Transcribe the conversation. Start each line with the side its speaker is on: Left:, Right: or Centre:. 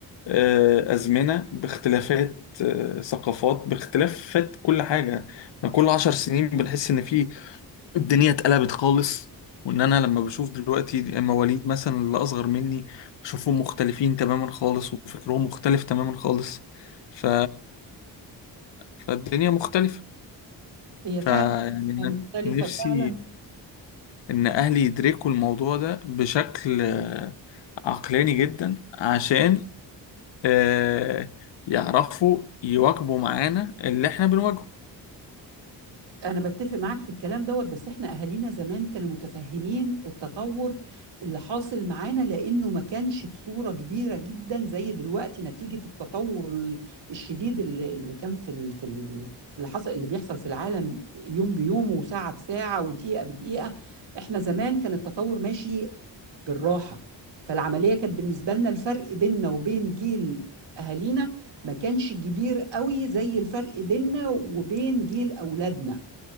Left: آه، أزمنة باختلافات آه، ثقافات باختلافات كل حاجة احنا كل عشر سنين بنحس إن في الدنيا اتقلبت خالص وإن أنا لما بشوف دلوقتي مواليد مثلا اللي أصغر مني بشوفهم مختلفين تماما خالص وفكرهم مختلف تماما خالص ف... فالدنيا مختلفة
Right: هي
Left: فيعني
Right: فعلا
Left: أنا
Right: مختلفة
Left: نفسي
Right: فعلا
Left: إن أهلي يدركوا الموضوع ده بشكل آه، عقلاني جدا عشان آه، يعرفوا يواكبوا معانا اللي إحنا بنواجهه
Right: أنا بتفق معاك في الكلام دوت بس إحنا أهالينا زمان كانوا متفهمين التطور اللي حاصل معانا لأنه ما كانش بصورة كبيرة جدا زي دلوقتي نتيجة التطور ال- الشديد اللي اللي كان في ال- في ال- اللي حصل اللي بيحصل في العالم يوم بيوم وساعة بساعة ودقيقة بدقيقة إحنا زمان كان التطور ماشي بالراحة فالعملية كانت بالنسبة لنا الفرق بيننا وبين جيل أهالينا ما كانش كبير قوي زي الفرق بيننا وبين جيل أولادنا